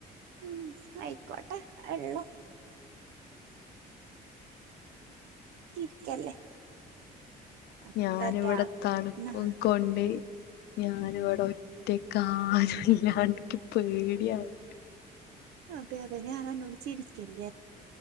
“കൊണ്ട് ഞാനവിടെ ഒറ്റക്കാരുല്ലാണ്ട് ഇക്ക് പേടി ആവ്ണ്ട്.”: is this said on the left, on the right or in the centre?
Left